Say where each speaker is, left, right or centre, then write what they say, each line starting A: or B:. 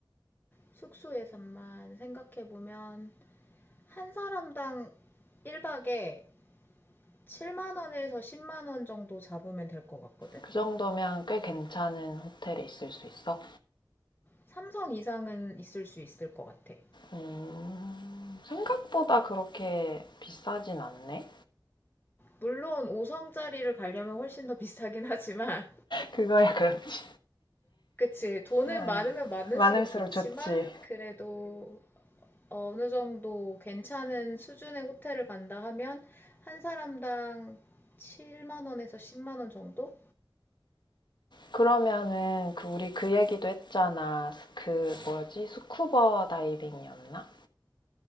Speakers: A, on the left (about 20°); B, on the left (about 65°).
A: 숙소 예산만 생각해보면 한 사람당 1박에 7만 원에서 10만 원 정도 잡으면 될 것 같거든.
B: 그 정도면 꽤 괜찮은 호텔에 있을 수 있어?
A: 삼성 이상은 있을 수 있을 것 같아.
B: 음, 생각보다 그렇게 비싸진 않네?
A: 물론 오 성짜리를 가려면 훨씬 더 비싸긴 하지만
B: 그거야, 그렇지.
A: <laughs> 그치. 돈은
B: 아,
A: 많으면 많을수록
B: 많을수록
A: 좋지만
B: 좋지.
A: 그래도 어느 정도 괜찮은 수준의 호텔을 간다 하면 한 사람당 7만 원에서 10만 원 정도?
B: 그러면은 그 우리 그 얘기도 했잖아. 그 뭐였지? 스쿠버 다이빙이었나?